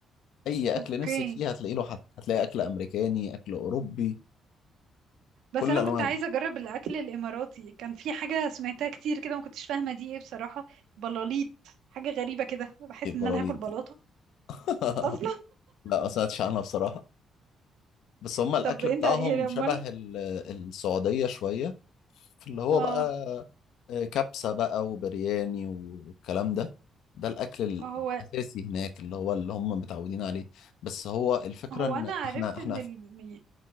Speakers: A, on the left (about 80°); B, on the right (about 90°).
A: اي اكل
B: اوكي
A: نفسك فيه هتلاقي له حد هتلاقي اكل امريكاني اكل اوروبي
B: بس
A: كل
B: انا
A: انواع
B: كنت
A: الاكل
B: عايزه اجرب الاكل الاماراتي كان في حاجه سمعتها كتير كده ما كنتش فاهمه دي ايه بصراحه بلاليط حاجه غريبه كده بحس
A: ايه البراليط
B: ان انا هاكل
A: دي
B: بلاطه
A: <laughs>
B: اصلا
A: لا ما سمعتش عنها بصراحة بس
B: <laughs>
A: هما الأكل
B: طب انت
A: بتاعهم
B: يعني امال
A: شبه ال- السعودية شوية في اللي هو
B: اه
A: بقى آه، كبسة بقى وبرياني والكلام ده ده الأكل ال-
B: هو
A: الأساسي هناك اللي هو اللي هم متعودين عليه بس هو الفكرة
B: هو
A: إن
B: انا عرفت
A: إحنا إحنا
B: ان ال